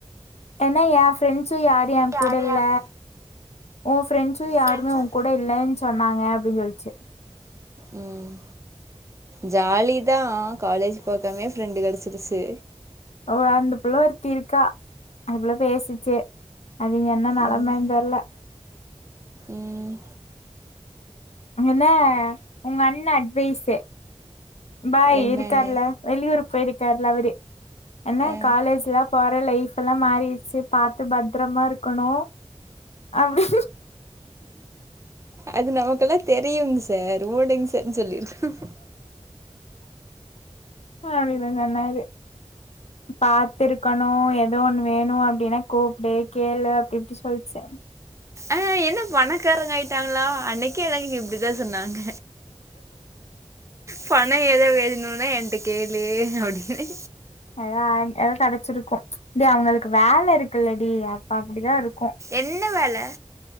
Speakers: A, on the left; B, on the right.
A: ஏனா ஏ ஃப்ரெண்ட்ஸு யாரு ஏ
B: யாரு
A: கூடல்ல
B: என்
A: உ ஃப்ரெண்ட்ஸு யாருமே
B: ஃப்ரெண்ட்ஸு
A: உ கூ இப்ப இல்லேன் சொன்னாங்க அப்டின் சொல்ச்சு
B: ம் ஜாலிதா காலேஜ் பாக்காமேயே ஃப்ரெண்டு கெடச்சிருச்சு
A: ஓ அந்தபுள்ள ஒருத்தி இருக்கா அந்தபுள்ள பேசிச்சி அதுங்க என்ன நெலமன்
B: ம்
A: தெர்ல
B: ம்
A: அங்கெனே உங்க அண்ண அட்வைஸு பாய்
B: என்னன்னு
A: இருக்கார்ல வெளியூர் போயிருக்கார்ல அவரு என்ன
B: ஆ
A: காலேஜ்லா போற லைஃப்லா மாறிர்ச்சு பாத்து பத்ரமா இருக்கணு அப்டி
B: அது நமக்கெல்லா தெரியுங் சார் ஓடுங் சார்ன் சொல்லியிருக்கனு
A: அப்டினு சொன்னாரு பாத்திருக்கணு எதோ ஒண்ணு வேணு அப்டின்னா கூப்டு கேளு அப்டி இப்டி சொல்ச்சி
B: ஆ என்ன பணக்காரங்காய்ட்டாங்ளா அன்னைக்கு எனக்கு இப்டித்தா சொன்னாங்க பண எதோ வேணுனா என்ட்ட கேளு அப்டினு
A: எதா எதாத் கெடச்சிருக்கு டி அவுங்களுக்கு வேல இருக்குல்லடி அப்ப அப்டிதா இருக்கு
B: என்ன வேல